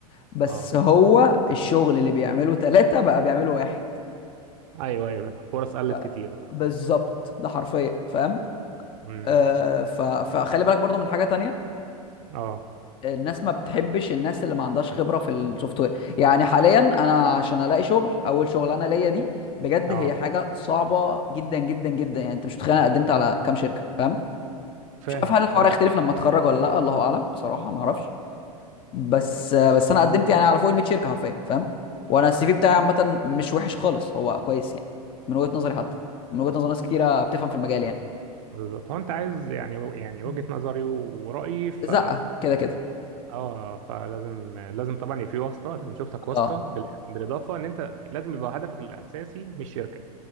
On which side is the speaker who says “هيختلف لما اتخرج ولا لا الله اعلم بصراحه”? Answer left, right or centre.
Left